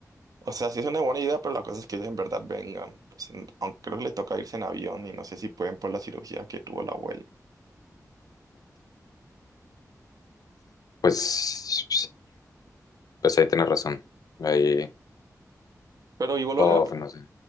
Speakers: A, on the right; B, on the left.
A: O sea, sí es una buena idea, pero la cosa es que ellos en verdad vengan. Pues, en- aunque creo que les toca irse en avión y no sé si pueden por la cirugía que tuvo la abuela.
B: Pues, pues ahí tienes razón. Ahí,
A: Pero igual
B: bof,
A: vale la, pe-
B: no sé.